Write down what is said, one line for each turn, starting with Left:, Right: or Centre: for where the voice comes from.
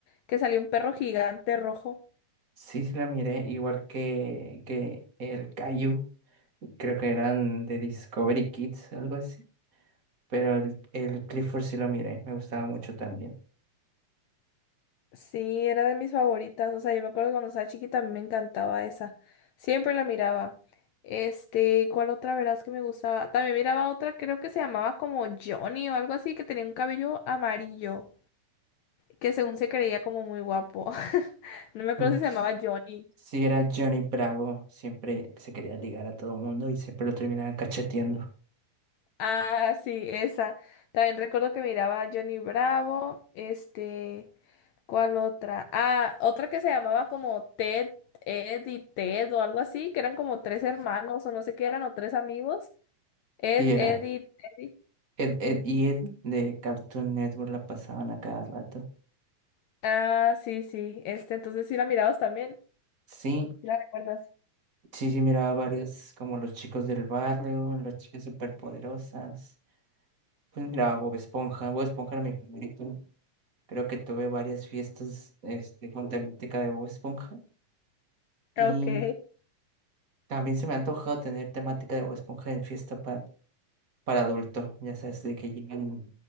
Left: que salió un perro gigante rojo.
Right: Sí, sí la miré, igual que, que el Caillou. Creo que eran de Discovery Kids, algo así. Pero el, el Clifford sí lo miré, me gustaba mucho también.
Left: Sí, era de mis favoritas. O sea, yo me acuerdo cuando estaba chiquita, a mí me encantaba esa. Siempre la miraba. Este, ¿cuál otra verás que me gustaba? También miraba otra, creo que se llamaba como Johnny o algo así, que tenía un cabello amarillo, que según se creía como muy guapo. <laughs> No me acuerdo
Right: Mm,
Left: si se
Right: s-
Left: llamaba Johnny.
Right: Sí, era Johnny Bravo, siempre se quería ligar a todo el mundo y siempre lo terminaban cacheteando.
Left: Ah, sí, esa. También recuerdo que miraba a Johnny Bravo, este. ¿Cuál otra? Ah, otra que se llamaba como Ted, Ed y Ted o algo así, que eran como tres hermanos o no sé qué eran, o tres amigos. Ed,
Right: Sí, era,
Left: Ed y Teddy.
Right: Ed, Ed y Ed de Cartoon Network la pasaban a cada rato.
Left: Ah, sí, sí. Este, entonces sí la mirabas también.
Right: Sí,
Left: ¿Sí la recuerdas?
Right: sí, sí, miraba varias, como los chicos del barrio, las chicas superpoderosas. Pues miraba Bob Esponja, Bob Esponja era mi favorito. Creo que tuve varias fiestas este, con temática de Bob Esponja. Y
Left: Ok.
Right: también se me ha antojado tener temática de Bob Esponja en fiesta para, para adulto. Ya sabes, de que llegan